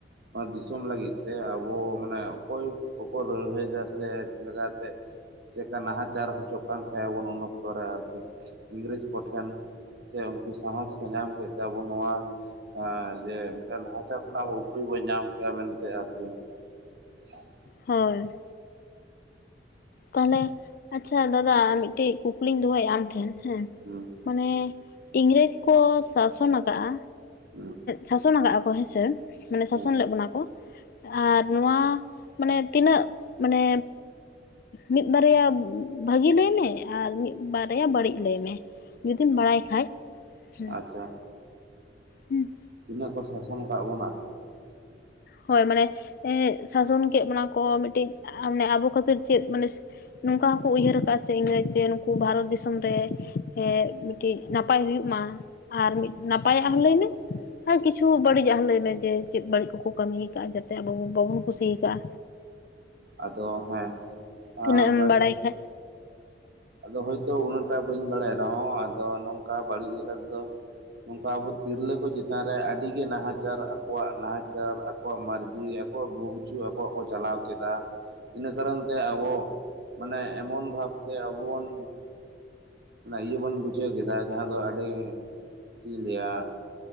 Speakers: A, on the right; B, on the left.
A: ᱱᱚᱣᱟ ᱫᱤᱥᱚᱢ ᱞᱟᱹᱜᱤᱫ ᱛᱮ ᱟᱵᱚ ᱢᱟᱱᱮ ᱚᱠᱚᱭ ᱠᱚᱠᱚ ᱞᱟᱹᱲᱦᱟᱹᱭᱟ ᱫᱟ ᱥᱮ ᱪᱮᱫ ᱞᱮᱠᱟᱛᱮ ᱪᱮᱜᱠᱟ ᱱᱟᱦᱟᱪᱟᱨ ᱦᱚᱪᱚᱜ ᱠᱟᱱ ᱛᱟᱦᱮᱸᱟᱵᱚᱱ ᱩᱱ ᱚᱠᱛᱚ ᱨᱮ ᱟᱨᱠᱤ ᱤᱝᱨᱮᱡᱽ ᱠᱚᱴᱷᱮᱱ ᱥᱮ ᱩᱱᱠᱩ ᱥᱟᱦᱚᱥ ᱠᱚ ᱧᱟᱢ ᱠᱮᱜ ᱛᱮ ᱟᱵᱚ ᱱᱚᱣᱟ ᱟᱹ ᱡᱮ ᱢᱮᱴᱟᱝ ᱱᱟᱦᱟᱪᱟᱨ ᱠᱷᱚᱱᱟᱜ ᱩᱯᱟᱹᱭ ᱵᱚᱱ ᱧᱟᱢ ᱠᱮᱜᱟ ᱢᱮᱱᱛᱮ ᱟᱨᱠᱤ <unintelligible>
B: ᱦᱳᱭ ᱛᱟᱦᱚᱞᱮ ᱟᱪᱪᱷᱟ ᱫᱟᱫᱟ ᱢᱤᱜᱴᱤᱜ ᱠᱩᱠᱞᱤᱧ ᱫᱚᱦᱚᱭᱟ ᱟᱢ ᱴᱷᱮᱱ ᱦᱮᱸ
A: ᱦᱩᱸ
B: ᱢᱟᱱᱮ ᱤᱝᱨᱮᱡᱽ ᱠᱚ ᱥᱟᱥᱚᱱ ᱟᱠᱟᱜᱼᱟ
A: ᱦᱩᱸ
B: ᱥᱟᱥᱚᱱ ᱟᱠᱟᱜᱼᱟ ᱠᱚ ᱦᱮᱸᱥᱮ ᱢᱟᱱᱮ
A: ᱦᱮᱸ
B: ᱥᱟᱥᱚᱱ ᱞᱮᱜ ᱵᱚᱱᱟ ᱠᱚ ᱟᱨ ᱱᱚᱣᱟ ᱢᱟᱱᱮ ᱛᱤᱱᱟᱹᱜ ᱢᱟᱱᱮ ᱢᱤᱫ ᱵᱟᱨᱭᱟ ᱵᱷᱟᱹᱜᱤ ᱞᱟᱹᱭ ᱢᱮ ᱟᱨ ᱢᱤᱫ ᱵᱟᱨᱭᱟ ᱵᱟᱹᱲᱤᱡ ᱞᱟᱹᱭ ᱢᱮ ᱡᱩᱫᱤᱢ ᱵᱟᱲᱟᱭ
A: ᱟᱪᱪᱷᱟ
B: ᱠᱷᱟᱡ ᱦᱮᱸ
A: ᱟᱪᱪᱷᱟ
B: ᱦᱩᱸ
A: ᱛᱤᱱᱟᱹᱜ ᱠᱚ ᱥᱟᱥᱚᱱ ᱠᱟᱜ ᱵᱚᱱᱟ
B: ᱦᱳᱭ ᱢᱟᱱᱮ ᱮᱸᱜ ᱥᱟᱥᱚᱱ ᱠᱮᱜ ᱵᱚᱱᱟ ᱠᱚ ᱢᱤᱫᱴᱤᱡ ᱢᱟᱱᱮ ᱟᱵᱚ ᱠᱷᱟᱹᱛᱤᱨ ᱪᱮᱫ ᱢᱟᱱᱮ ᱱᱚᱝᱠᱟ ᱦᱚᱸᱠᱚ ᱩᱭᱦᱟᱹᱨ ᱠᱟᱜᱼᱟ ᱥᱮ ᱤᱝᱨᱮᱡᱽ ᱡᱮ ᱱᱩᱠᱩ ᱵᱷᱟᱨᱚᱛ ᱫᱤᱥᱚᱢ ᱨᱮ ᱮᱜ ᱴᱤᱡ ᱱᱟᱯᱟᱭ ᱦᱩᱭᱩᱜ ᱢᱟ ᱟᱨ ᱢᱤᱫ ᱱᱟᱯᱟᱭᱟᱜ ᱦᱚᱸ ᱞᱟᱹᱭᱢᱮ ᱟᱨ ᱠᱤᱪᱷᱩ ᱵᱟᱹᱲᱤᱡᱟᱜ ᱦᱚᱸ ᱞᱟᱹᱭᱢᱮ ᱡᱮ ᱪᱮᱫ ᱵᱟᱹᱲᱤᱡ ᱠᱚ ᱠᱚ ᱠᱟᱹᱢᱤᱭ ᱠᱟᱜᱼᱟ ᱡᱟᱛᱮ ᱟᱵᱚ ᱵᱟᱵᱚᱱ ᱠᱩᱥᱤ ᱠᱟᱜᱼᱟ
A: ᱟᱫᱚ ᱦᱮᱸ
B: ᱛᱤᱱᱟᱹᱜ ᱮᱢ
A: ᱵᱟᱹᱲᱤᱡ
B: ᱵᱟᱲᱟᱭ ᱠᱷᱟᱡ
A: ᱟᱫᱚ ᱦᱚᱳᱭᱛᱳ ᱩᱱᱟᱹᱜᱴᱟ ᱵᱟᱹᱧ ᱵᱟᱲᱟᱭ ᱨᱮᱦᱚᱸ ᱟᱫᱚ ᱱᱚᱝᱠᱟ ᱵᱟᱹᱲᱤᱡ ᱞᱮᱠᱟ ᱛᱮᱫᱚ ᱱᱚᱝᱠᱟ ᱟᱵᱚ ᱛᱤᱨᱞᱟᱹ ᱠᱚ ᱪᱮᱛᱟᱱ ᱨᱮ ᱟᱹᱰᱤᱜᱮ ᱱᱟᱦᱟᱪᱟᱨ ᱟᱠᱚᱣᱟᱜ ᱱᱟᱦᱟᱪᱟᱨ ᱟᱠᱚᱣᱟᱜ ᱢᱟᱨᱡᱤ ᱟᱠᱚᱣᱟᱜ ᱵᱩᱪᱩ ᱟᱠᱚᱣᱟᱜ ᱠᱚ ᱪᱟᱞᱟᱣ ᱠᱮᱫᱟ ᱤᱱᱟᱹ ᱠᱟᱨᱚᱱᱛᱮ ᱟᱵᱚ ᱢᱟᱱᱮ ᱮᱢᱚᱱ ᱵᱷᱟᱵᱛᱮ ᱟᱵᱚ ᱵᱚᱱᱼᱼ ᱚᱱᱟ ᱤᱭᱟᱹ ᱵᱚᱱ ᱵᱩᱡᱷᱟᱹᱣ ᱠᱮᱫᱟ ᱡᱟᱦᱟᱸ ᱫᱚ ᱟᱹᱰᱤ ᱪᱮᱫ ᱤᱧ ᱞᱟᱹᱭᱟ